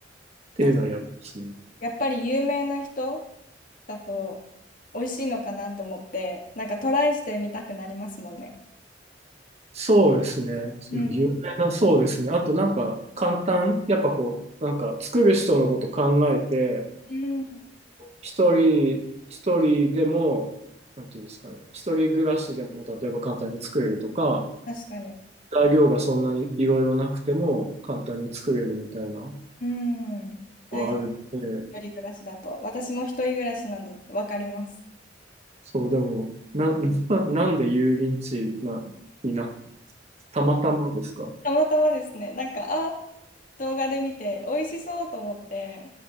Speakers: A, on the right; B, on the left.
A: ていうのはやりますね。
B: だしやっぱり有名な人だと美味しいのかなと思って、なんかトライしてみたくなりますもんね。
A: そうですね。
B: うん。
A: うん、有名な、そうですね。あとなんか、簡単、やっぱこう、なんか、作る人のこと考えて、
B: うん
A: 一人、一人でも、なんていうんですかね、一人暮らしでも、例えば簡単に作れるとか、
B: 確かに。
A: 材料がそんなにいろいろなくても、簡単に作れるみたいなの
B: うん。大事。
A: はあるので、
B: 一人暮らしだと。私も一人暮らしなんでわかります。
A: そう、でも、な、<laughs> ななんで油淋鶏な、にな、たまたまですか
B: たまたまですね、なんか、あ、動画で見て、美味しそうと思って、